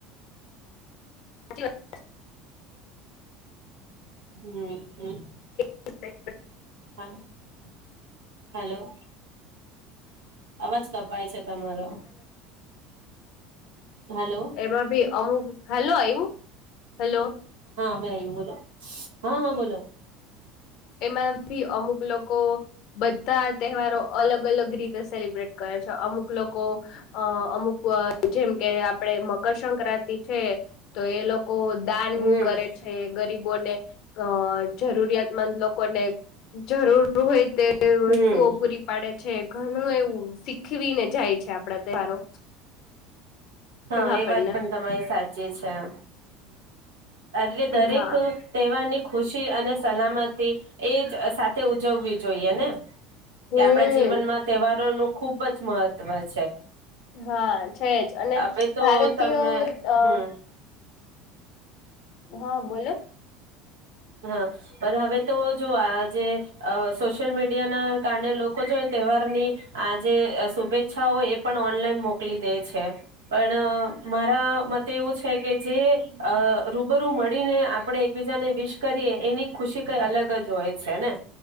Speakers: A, on the left (about 60°); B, on the right (about 85°).
A: <inaudible>
B: હમ હમ.
A: <inaudible>
B: હા હલોો. અવાજ કપાય છે તમારો હાલો
A: એમાં ભી અમુક હલો એવું હેલો
B: <inaudible> બોલો હહ હહ બોલો
A: એમાં ભી અમુક લોકો બધા તહેવારો અલગ અલગ રીતે સેલિબ્રેટ કરે છે. અમુક લોકો અ અમુક જેમ કે આપડે મકરસક્રાંતિ છે. તો એ લોક કો દાન
B: હમ
A: કરે છે ગરીબ બોને ક જરૂરિયાતમંદ લોકોને જરૂર હોય તે વસ્તુઓ
B: હમ
A: પૂરી પાડે છે. ગર હમ એવું શીખવીને જાય છે આપડા તહેવારો
B: હહ
A: આપણને
B: એ વાત પન તમારી સાચી છે એમ અરે દરેક
A: હા
B: તહેવારની ખુશી અને સલામતી એજ સાથે ઉજવવી જોઈએ ને?
A: હમ
B: કે આપણા જીવનમાં તહેવારોનું ખુબ જ મહત્ <inaudible>
A: હા છે જ અને
B: હવે તો
A: ભારતીય
B: તમે
A: અ
B: હમ
A: <inaudible> હહ બોલો
B: હહ પર હવે તો જો આજે અ સોશિયલ મીડિયાના કારણે લોકો જો તહેવારની આ જે અ
A: હમ
B: શુભેચ્છા હોય એ પણ ઓનલાઈન મોકલી દે છે. પણ મારા મતે એવું છે કે જે
A: હમ
B: અ રૂબરૂ મળીને આપણે એકબીજાને વિશ
A: હા
B: કરીએ એની ખુશી કઈ અલગ જ હોય છે ને.